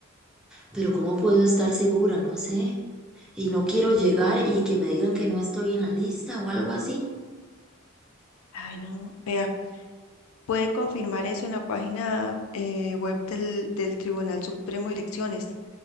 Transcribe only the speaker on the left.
Mm.
Ay, no, vea, puede confirmar eso en la página eh, web del, del Tribunal Supremo de Elecciones.